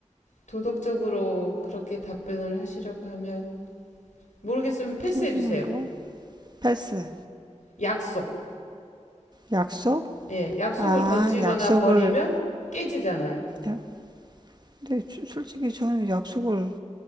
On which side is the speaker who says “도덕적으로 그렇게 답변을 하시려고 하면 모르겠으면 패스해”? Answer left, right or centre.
Left